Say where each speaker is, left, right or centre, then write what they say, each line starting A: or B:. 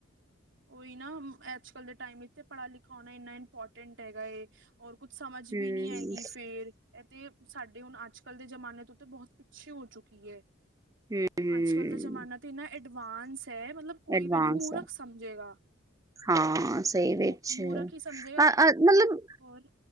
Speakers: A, on the right; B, on the right.
A: ਓਹੀ ਨਾ ਅੱਜ ਕਲ ਦੇ ਟਾਈਮ ਇਥੇ ਪੜ੍ਹਾ ਲਿਖਾ ਹੋਣਾ ਇੰਨਾ ਇੰਪੋਰਟੈਂਟ ਹੈਗਾ ਏ ਔਰ ਕੁੱਛ ਸਮਝ
B: ਹਮ
A: ਵੀ ਨਹੀਂ ਹੈਗੀ ਫੇਰ ਇਹ ਤੇ ਸਾਡੇ ਹੁਣ ਅੱਜ ਕੱਲ੍ਹ ਦੇ ਜਮਾਨੇ ਤੋਂ ਤਾਂ ਬਹੁਤ ਪਿੱਛੇ ਹੋ ਚੁੱਕੀ ਹੈ।
B: ਹਮ
A: ਅੱਜ ਕੱਲ ਦਾ ਜ਼ਮਾਨਾ ਤਾਂ ਇੰਨਾ ਐਡਵਾਂਸ ਹੈ। ਮਤਲਬ ਕੋਈ
B: ਐਡਵਾਂਸ
A: ਵੀ ਉਨੂੰ ਮੂਰਖ
B: ਹੈ
A: ਸਮਝੇਗਾ।
B: ਹਾਂ ਸਹੀ ਵਿੱਚ
A: ਮੂ ਮੂਰਖ ਹੀ ਸਮਝੇਗਾ
B: ਮਤਲਬ
A: ਹੋਰ